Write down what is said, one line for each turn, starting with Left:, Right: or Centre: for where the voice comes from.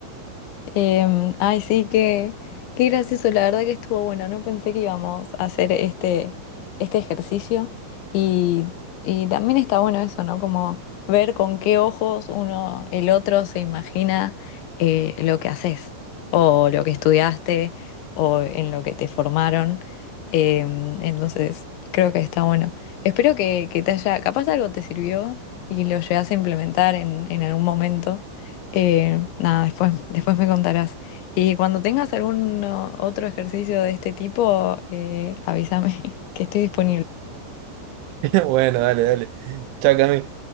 Left: Em, ay, sí, qué, qué gracioso, la verdad que estuvo bueno, no pensé que íbamos a hacer este, este ejercicio y, y también está bueno eso, ¿no? Como ver con qué ojos uno, el otro se imagina eh, lo que haces o lo que estudiaste o en lo que te formaron. Em, entonces, creo que está bueno. Espero que, que te haya, capaz algo te sirvió y lo llegas a implementar en, en algún momento. Eh, nada, después, después me contarás. Y cuando tengas algún o- otro ejercicio de este tipo, eh, avísame <laughs> que estoy disponible.
Right: <laughs> Bueno, dale, dale. Chao, Cami.